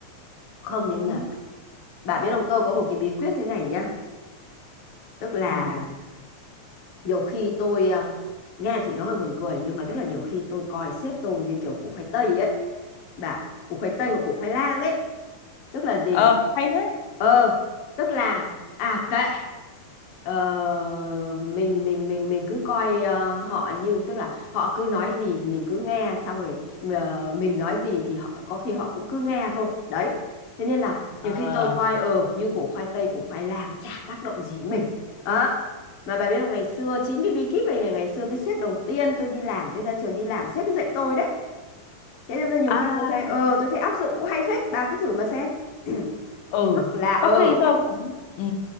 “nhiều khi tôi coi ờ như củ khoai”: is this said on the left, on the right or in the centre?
Left